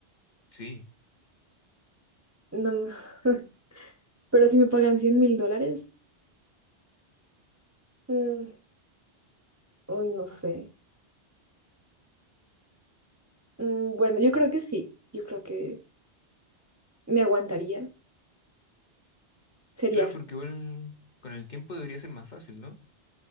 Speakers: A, on the left; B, on the right.
A: sí,
B: No, <laughs> pero si me pagan cien mil dólares, mm, uy, no sé. Mm, bueno, yo creo que sí, yo creo que me aguantaría, sería
A: claro, porque igual con el tiempo debería ser más fácil, ¿no?